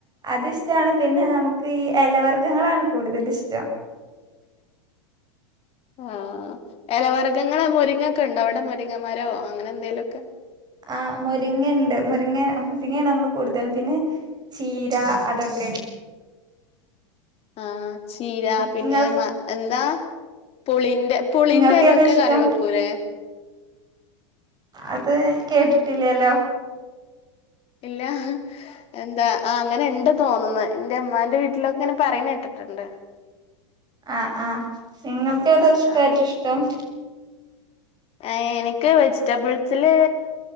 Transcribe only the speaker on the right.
അത്ഷ്ടാണ് പിന്നെ നമുക്ക് ഈ ഇലവർഗങ്ങളാണ് കൂടുതല്ഷ്ടം.
ആഹ് മുരിങ്ങണ്ട് മുരിങ്ങ മുരിങ്ങെ നമ്മള് കൂടുതല് പിന്നെ. ചീര അതൊക്കെ.
നിങ്ങൾ
നിങ്ങൾക്ക് ഏതാ ഇഷ്ടം
അത് കേട്ടിട്ടില്ലേലോ.
ആഹ് ആഹ് നിങ്ങൾക്കേതോ ഇഷ്ട്ടം
ഏറ്റവും ഇഷ്ടം.